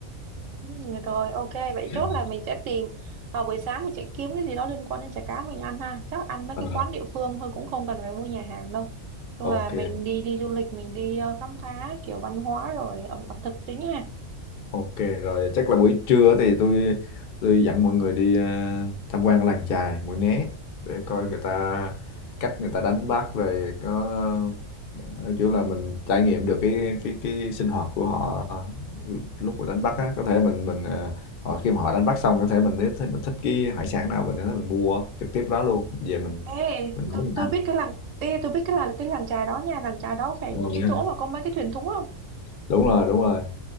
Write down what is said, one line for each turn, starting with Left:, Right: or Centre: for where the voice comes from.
Right: Ừ, Rồi ok vậy chốt
Left: Ừm,
Right: là mình sẽ tìm vào buổi sáng mình sẽ kiếm cái gì đó liên quan đến chả cá mình ăn ha chắc ăn mấy
Left: ờ,
Right: cái quán địa phương thôi cũng không cần phải mua nhà hàng đâu chung
Left: OK.
Right: là mình đi đi du lịch mình đi ờ, khám phá kiểu văn hóa rồi ẩm ẩm thực chính ha
Left: Ok rồi chắc là buổi trưa thì tôi tôi dẫn mọi người đi ờ, tham quan làng chài Mũi Né để coi người ta cách người ta đánh bắt rồi có ờ, kiểu là mình trải nghiệm được cái cái cái sinh hoạt của họ ờ, lúc mà đánh bắt á có thể mình mình ờ, họ khi mà họ đánh bắt xong có thể mình nếu thích mình thích cái hải sản nào mình có thể mình mua trực tiếp đó luôn về mình
Right: ê
Left: mình nấu
Right: tôi
Left: mình
Right: tôi
Left: ăn
Right: biết cái làng ê tôi biết cái là cái làng chài đó nha làng chài đó phải
Left: đúng
Right: cái
Left: rồi,
Right: chỗ mà có mấy cái thuyền thúng không
Left: đúng rồi